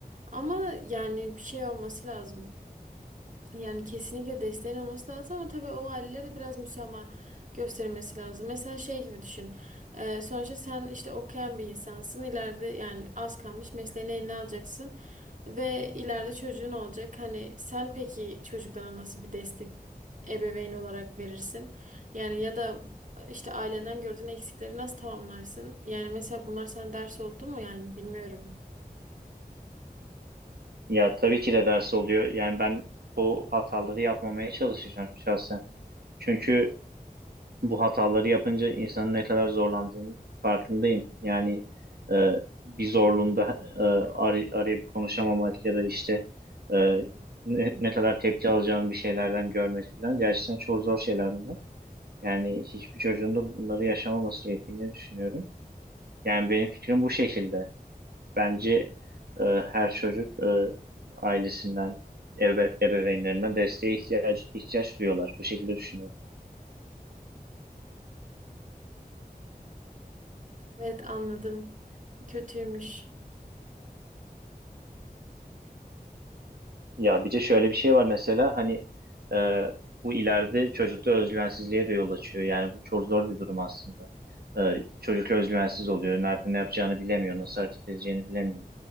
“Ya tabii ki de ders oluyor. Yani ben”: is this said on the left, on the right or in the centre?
Right